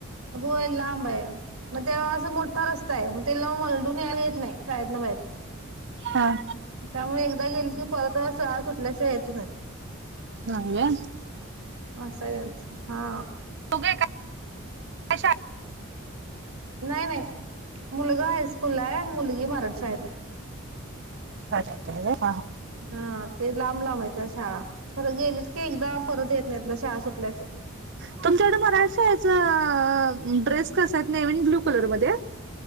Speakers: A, on the right; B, on the right.
A: होय लांबाया मग ते मोठा रस्ता आहे मग त्याला मलडून यायला येत नाही शळेतंन बाहेर
B: हा
A: त्यामुळे एकदा गेल की परत शळा सुटल्याशिवाय यायचं नाही
B: <unintelligible>
A: असाय यांच हा
B: तु <unintelligible>
A: नाही नाही मुलगा हायस्कूल आहे मुलगी मराठ शाळेत आहे
B: <unintelligible>
A: हा ते लांब लांब आहेत त्या शाळा खरं गेलीत की एकदा परत येत नाहीत शाळा सुट - <unintelligible>
B: <inaudible> तुमच्याकड मराठी शाळेच ड्रेस कस आहेत नेव्ही आणि ब्ल्यू कलर मध्येय